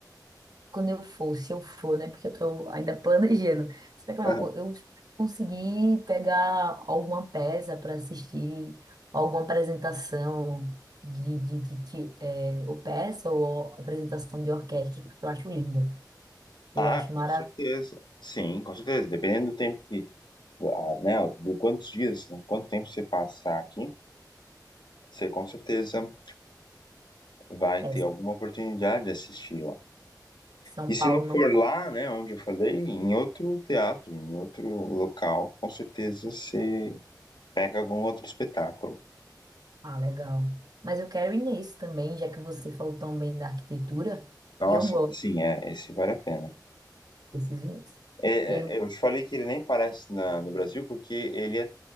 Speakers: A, on the right; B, on the left.
A: quando eu for, se eu for, né? Porque eu tô ainda planejando. Será que eu
B: Aham.
A: vou, co- eu conseguir pegar alguma peça para assistir, alguma apresentação de, de, de, de, é, ou peça ou apresentação de orquestra, porque eu acho lindo. Eu
B: Ah,
A: acho
B: com
A: maravilhoso.
B: certeza. Sim, com certeza. Dependendo do tempo que, ah, né, do quantos dias, né, quanto tempo você passar aqui, você com certeza vai
A: É,
B: ter
A: São
B: alguma oportunidade de assistir lá.
A: São
B: E se
A: Paulo
B: não for
A: não. tá,
B: lá, né, onde eu falei, em outro teatro, em outro local, com certeza você pega algum outro espetáculo.
A: Ah, legal. Mas eu quero ir nesse também, já que você falou tão bem da arquitetura,
B: Nossa,
A: e eu gosto,
B: sim, é, esse vale a pena.
A: desses ir nesse.
B: É,
A: E aí,
B: é, eu te falei que ele nem parece na- no Brasil porque ele é